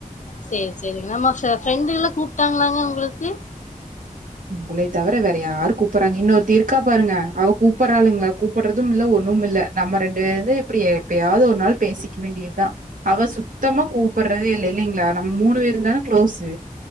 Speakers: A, on the left (about 60°); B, on the right (about 70°).
A: சேரி சேரி நம்ம ஃப்ரெண்டுங்கலா கூப்ட்டாங்களாங்க ஒங்குளுக்கு
B: உங்களைய தவிர வேற யாரு கூப்பறாங்க இன்னொருத்தி இருக்கா பாருங்க அவ கூப்பட்றாளுங்ளா கூப்பட்றதுமில்ல ஒண்ணுமில்ல நம்ம ரெண்டு பேது இப்பிடி எப்பயாவுது ஒரு நாள் பேசிக்க வேண்டியதா அவ சுத்தமா கூப்பட்றதேல்ல இல்லீங்ளா நம்ம மூணு பேருந்தான க்ளோஸு